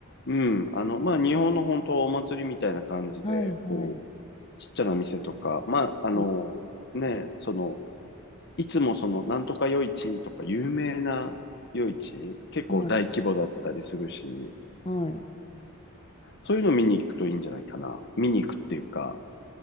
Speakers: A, on the left (about 55°); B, on the left (about 25°).
A: うん。あの、まあ、日本の本当お祭りみたいな感じで、
B: はいはい。
A: こう、ちっちゃな店とか、まあ、あの、
B: うん
A: ね、その、いつもその、なんとか夜市とか有名な夜市、結構大規模だったりするし、
B: はい、はい。
A: そういうの見に行くといいんじゃないかな。見に行くっていうか、